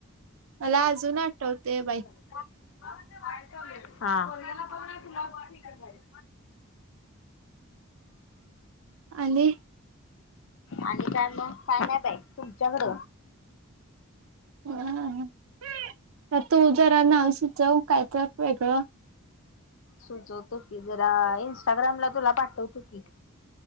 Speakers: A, on the right (about 70°); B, on the left (about 60°).
A: मला अजून आठवते बाई
B: काय चालू हाय हा पोरग्याला पाठवत नाही तुला पाठवितात बाहेर
A: आणि
B: आणि काय मग काय नाही बाई तुमच्याकड
A: हा तू जरा नाव सुचव काय तर वेगळं
B: सुचवतो की जरा इंस्टाग्रामला तुला पाठवतो की